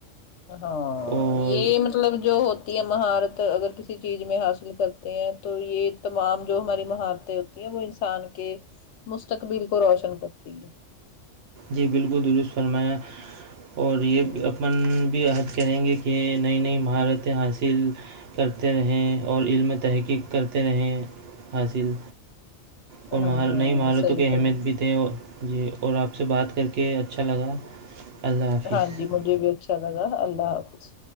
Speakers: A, on the left (about 65°); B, on the right (about 65°).
A: ہاں
B: اور
A: یہ مطلب جو ہوتی ہے مہارت اگر کسی چیز میں حاصل کرتے ہیں تو یہ تمام جو ہماری مہارتیں ہوتی ہیں وہ انسان کے مستقبل کو روشن کرتی ہے
B: جی بالکل درست فرمایا اور یہ
A: ہ
B: اپن بھی عہد کریں گے یہ نئی نئی مہارتیں حاصل کرتے رہیں اور علم تحقیق کرتے رہیں حاصل اور
A: ہاں
B: م
A: ہاں
B: نئی مہارتوں
A: صحیح
B: کے اہمیت
A: فرما
B: بھی تھے اور جی اور آپ سے بات کر کے اچھا لگا اللہ حافظ
A: ہاں جی مجھے بھی اچھا لگا اللہ حافظ